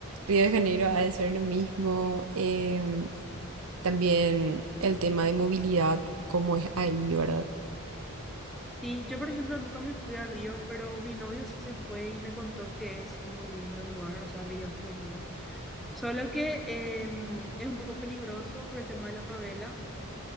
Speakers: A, on the right; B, in the centre.
A: Río de Janeiro ha de ser lo mismo. Em, también el tema de movilidad, cómo es ahí, ¿verdad?
B: Sí, yo por ejemplo nunca me fui a Río, pero mi novio sí se fue y me contó que es muy lindo el lugar, o sea, Río es muy lindo. Solo que em, es un poco peligroso por el tema de las favelas,